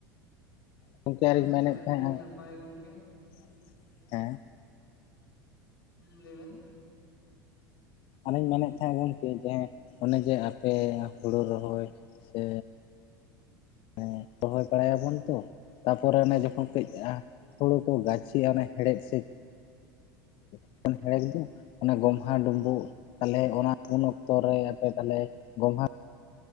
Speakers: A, on the left; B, on the left.
A: ᱜᱚᱢᱠᱮ ᱟᱨᱤᱧ
B: ᱟᱪᱪᱷᱟ
A: ᱢᱮᱱᱮᱫ
B: ᱟᱹᱰᱤ
A: ᱛᱟᱦᱮᱸᱜᱼᱟ
B: ᱱᱟᱯᱟᱭ ᱜᱚᱝᱠᱮ
A: <inaudible> ᱦᱮᱸ
B: ᱦᱩᱸ ᱞᱟᱹᱭ ᱵᱮᱱ
A: ᱟᱨᱮᱧ ᱢᱮᱱᱮᱫ ᱛᱟᱦᱮᱸᱫ ᱜᱚᱝᱠᱮ ᱡᱟᱦᱟᱸᱭ ᱚᱱᱮ ᱡᱮ ᱟᱯᱮ ᱦᱩᱲᱩ ᱨᱚᱦᱚᱭ ᱥᱮ ᱦᱮᱸ ᱨᱚᱦᱚᱭ ᱵᱟᱲᱟᱭ ᱟᱵᱚᱱ ᱛᱚ ᱛᱟᱯᱚᱨᱮ ᱚᱱᱮ ᱡᱚᱠᱷᱚᱱ ᱠᱟᱹᱡ ᱟ ᱦᱩᱲᱩ ᱠᱚ ᱜᱟᱹᱪᱷᱤᱜᱼᱟ ᱚᱱᱮ ᱦᱮᱲᱮᱫ ᱥᱤᱫ ᱮᱠᱮᱱ ᱦᱮᱲᱮ ᱠᱤᱫᱩᱜ ᱚᱱᱟ ᱜᱚᱢᱦᱟ ᱰᱩᱸᱵᱩᱜ ᱛᱟᱦᱚᱞᱮ ᱚᱱᱟ ᱩᱱ ᱚᱠᱛᱚ ᱨᱮ ᱟᱯᱮ ᱛᱟᱦᱚᱞᱮ ᱜᱚᱢᱦᱟ